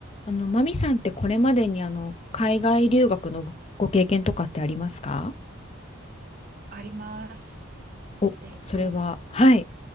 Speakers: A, on the left (about 30°); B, on the right (about 40°).
A: あの、マミさんってこれまでにあの、海外留学のご、ご経験とかってありますか
B: あります。
A: お、
B: えっと、
A: それは、はい、